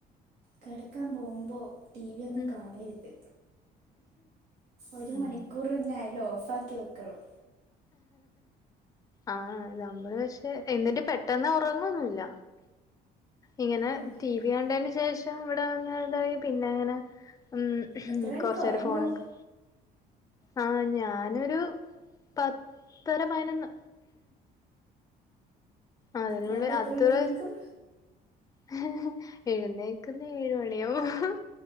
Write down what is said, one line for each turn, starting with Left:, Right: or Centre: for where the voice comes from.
Right: കെടക്കാൻ പോമ്പോ ടി വി ഒന്നും
Left: ഉം
Right: കാണര്ത്. ഒരു
Left: അങ്ങനെ
Right: മണിക്കൂറ് <unintelligible> ഓഫാക്കി വെക്കണം.
Left: ആ നമ്മള് പഷെ എന്നിട്ട് പെട്ടെന്ന് ഉറങ്ങൊന്നുല്ല. ഇങ്ങനെ
Right: ഉം
Left: ടി വി കണ്ടെന് ശേഷം ഇപ്പം ഇവിടെ വന്നതായി പിന്നെ ങ്ങനെ ഉം ഹ്
Right: എത്ര മണിക്ക്
Left: കൊർച്ചേരം
Right: ഉറങ്ങും
Left: ഫോണെക്ക്. ആ ഞാനൊരു പത്തര പയിനൊന്ന് അതിനുള്ള
Right: രാവിലെ എത്ര
Left: അത്രേം
Right: മണിക്ക് എണീക്കും
Left: ഹ് ഹ് എഴുന്നേക്കുന്നെ ഏഴു മണിയാവും. ഹ്